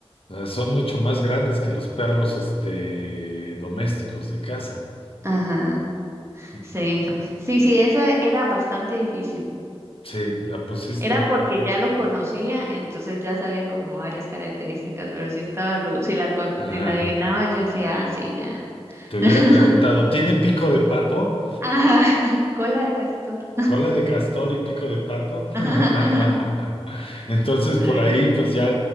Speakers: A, on the left (about 60°); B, on the right (about 25°).
A: Eh, Son mucho más grandes que los perros, este, domésticos de casa.
B: ajá.
A: Ujú.
B: Sí, sí, sí, esa era bastante difícil.
A: Sí, la pusiste.
B: Era porque ya lo conocía, entonces ya sabía como varias características, pero sí estaba ru- si la con
A: Ajá.
B: si la adivinaba yo decía, ah, sí, ya.
A: Te hubiera
B: <laughs>
A: preguntado, ¿tiene pico de pato?
B: Ajá, cola de castor.
A: ¿Cola de castor y pico de pato?
B: <laughs>
A: <laughs> Entonces
B: Sí.
A: por ahí pues ya,